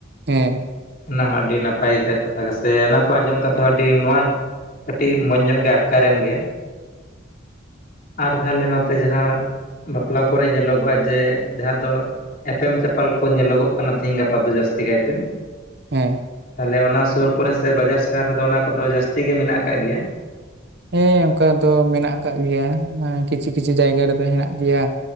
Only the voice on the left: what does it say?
ᱚᱱᱟ ᱦᱚᱸ ᱟᱹᱰᱤ ᱱᱟᱯᱟᱭ ᱠᱟᱛᱷᱟ ᱥᱮ ᱚᱱᱟ ᱠᱚ ᱟᱸᱡᱚᱢ ᱠᱟᱛᱮᱜ ᱦᱚᱸ ᱟᱹᱰᱤ ᱱᱚᱣᱟ ᱠᱟᱹᱴᱤᱡ ᱢᱚᱸᱡᱽ ᱧᱚᱜ ᱜᱮ ᱟᱴᱠᱟᱨᱮᱱ ᱜᱮ᱾ ᱟᱨ ᱛᱟᱦᱞᱮ ᱱᱚᱛᱮ ᱡᱟᱸᱦᱟᱸ ᱵᱟᱯᱞᱟ ᱠᱚᱨᱮ ᱧᱮᱞᱚᱜᱚᱜᱼᱟ ᱡᱮ ᱡᱟᱸᱦᱟᱸ ᱫᱚ ᱮᱯᱮᱢ ᱪᱟᱯᱟᱞ ᱠᱚ ᱧᱮᱞᱚᱜᱚᱜ ᱠᱟᱱᱟ ᱛᱤᱦᱤᱧ ᱜᱟᱯᱟ ᱫᱚ ᱡᱟᱥᱛᱤ ᱠᱟᱭᱛᱮ᱾
ᱛᱟᱦᱞᱮ ᱚᱱᱟ ᱥᱩᱨ ᱠᱚᱨᱮ ᱥᱮ ᱵᱟᱡᱟᱨ ᱥᱟᱦᱟᱨ ᱨᱮᱫᱚ ᱚᱱᱟ ᱠᱚᱫᱚ ᱡᱟᱹᱥᱛᱤ ᱜᱮ ᱢᱮᱱᱟᱜ ᱟᱠᱟᱫ ᱜᱮᱭᱟ?